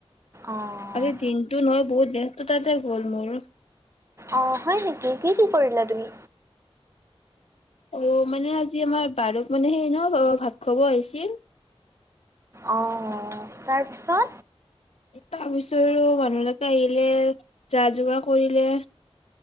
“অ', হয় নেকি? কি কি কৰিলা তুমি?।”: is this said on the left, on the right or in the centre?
Right